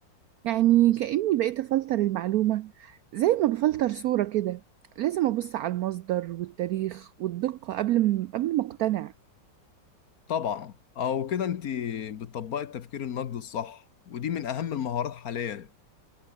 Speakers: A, on the right; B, on the left.
A: يعني كأني بقيت افلتر المعلومة زي ما بفلتر صورة كده لازم ابص على المصدر والتاريخ والدقة قبل ما قبل ما اقتنع
B: طبعا أو كده أنت بتطبقي التفكير النقدي الصح ودي من أهم المهارات حاليا